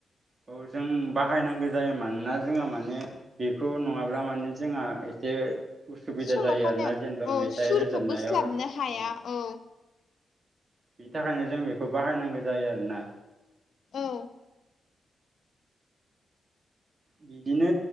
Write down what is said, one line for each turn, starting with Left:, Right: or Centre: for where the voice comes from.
Right: औ जों बाहायनांगौ जायो मानोना जोंहा माने बेखौ नङाब्ला माने जोंहा एसे उसुबिदा
Left: सल'खननायाव
Right: जायो आरोना जेनेबा
Left: औ
Right: मेथाइ
Left: सुरखौ
Right: रोजाबनायाव
Left: बोस्लाबनो
Right: औ
Left: हाया औ
Right: बिनि थाखायनो जों बेखौ बाहायनांगौ जायो आरोना
Left: औ
Right: बिदिनो